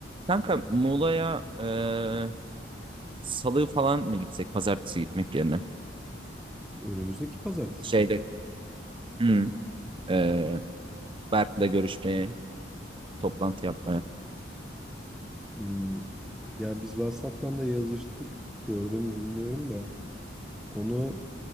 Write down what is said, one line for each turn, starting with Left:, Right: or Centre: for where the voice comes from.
Right: Kanka Muğla'ya eee salı falan mı gitsek pazartesi gitmek yerine?
Centre: Önümüzdeki pazartesi
Right: Şeyde
Centre: salı.
Right: hmm, eee, Berk'le görüşmeye, toplantı yapmaya.
Centre: Hmm, Ya biz WhatsApp'tan da yazıştık. Gördün mü bilmiyorum da. Onu